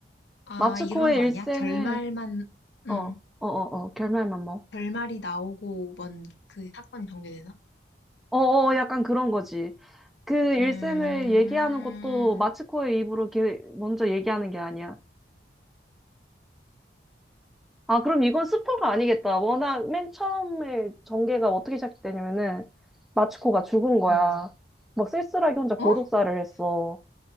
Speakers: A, on the left (about 80°); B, in the centre.
A: 아,
B: 마츠코의
A: 이런 거
B: 일생을,
A: 아니야? 결말만,
B: 어,
A: 음.
B: 어, 어, 어, 결말만 뭐.
A: 결말이 나오고 먼 그 사건이 전개되나?
B: 어, 어, 약간 그런 거지. 그 일생을
A: 음,
B: 얘기하는 것도 마츠코의 입으로 이렇게 먼저 얘기하는 게 아니야. 아, 그럼 이건 스포가 아니겠다. 워낙 맨 처음에 전개가 어떻게 시작되냐면은 마츠코가 죽은 거야.
A: 어.
B: 막 쓸쓸하게 혼자 고독사를
A: 어?
B: 했어.